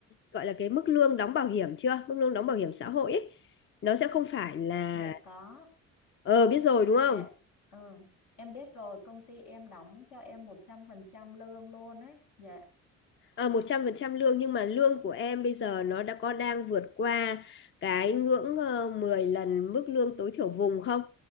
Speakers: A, on the left; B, on the left.
A: gọi là cái mức lương đóng bảo hiểm chưa mức lương đóng bảo hiểm xã hội ấy nó sẽ không phải là
B: dạ có,
A: ờ biết rồi đúng không
B: dạ, ừ. Em biết rồi, công ty em đóng cho em 100% lương luôn ấy. Dạ,
A: À, 100% lương nhưng mà lương của em bây giờ nó đã có đang vượt qua cái ngưỡng ờ, 10 lần mức lương tối thiểu vùng không?